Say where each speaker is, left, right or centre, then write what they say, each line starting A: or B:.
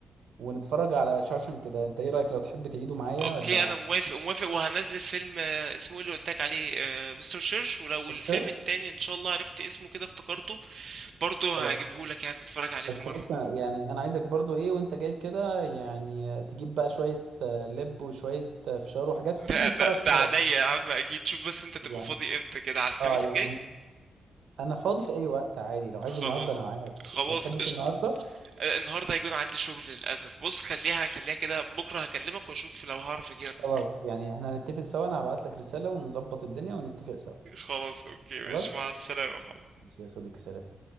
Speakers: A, on the right; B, on the right.
A: ونتفرج على شاوشن كده انت ايه رأيك لو تحب تعيده معايا
B: اوكي
A: ولا
B: انا موافق وموافق وهنزل فيلم آه، اسمه إيه اللي قلتلك عليه آه، مستر تشيرش ولو الفيلم
A: خلاص
B: التاني ان شاء الله عرفت اسمه كده افتكرته برضه
A: خلاص
B: هجيبهولك يعني نتفرج عليه
A: بس
B: في مرة
A: بص أنا- يعني انا عايزك برضو ايه وانت جاي كده يعني تجيب بقى شوية آه، لب وشوية آه، فشار وحاجات وتيجي
B: ده
A: نتفرج
B: ده
A: سوا
B: ده عينيا يا عم اكيد شوف بس انت تبقى
A: يعني
B: فاضي امتى كده على الخميس
A: اه يعني
B: الجاي
A: انا فاضي في اي وقت عادي لو عايز
B: خلاص
A: النهارده انا معاك
B: خلاص
A: ما تحبش
B: قشطة
A: النهارده
B: آه، النهارده هيكون عندي شغل للاسف بص خليها خليها كده بكره هكلمك واشوف لو هعرف اجيلك
A: خلاص
B: بكره
A: يعني احنا هنتفق سوا انا هبعت لك رسالة ونظبط الدنيا ونتفق سوا
B: خلاص اوكي ماشي
A: خلاص
B: مع السلامة يا محمد
A: ماشي يا صديقي سلام